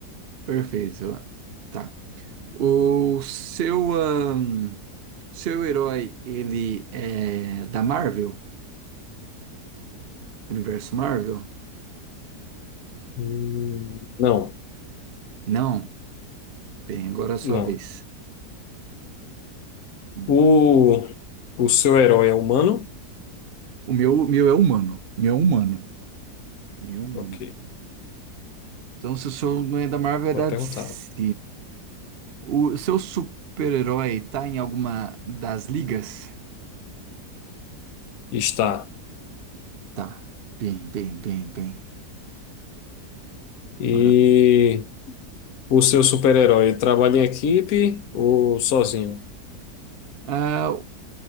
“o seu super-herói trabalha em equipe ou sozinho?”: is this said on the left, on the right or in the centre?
Left